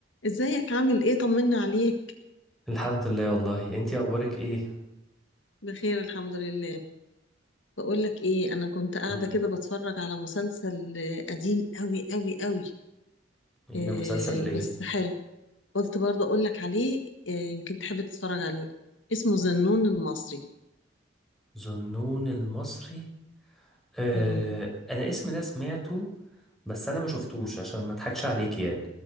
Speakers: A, on the left (about 75°); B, in the centre.
A: ازيك عامل ايه طمنا عليك
B: الحمد لله والله انتي اخبارك ايه
A: بخير الحمد لله بقول لك ايه انا كنت قاعده
B: امم
A: كده بتفرج على مسلسل آه، قديم قوي قوي قوي
B: ايه
A: إيه
B: ده مسلسل ايه
A: بس حلو قلت برضه اقول لك عليه إيه يمكن تحب تتفرج عليه اسمه زنون المصري
B: ظنون المصري آه
A: امم
B: انا اسم ده سمعته بس انا ما شفتوش عشان ما اضحكش عليك يعني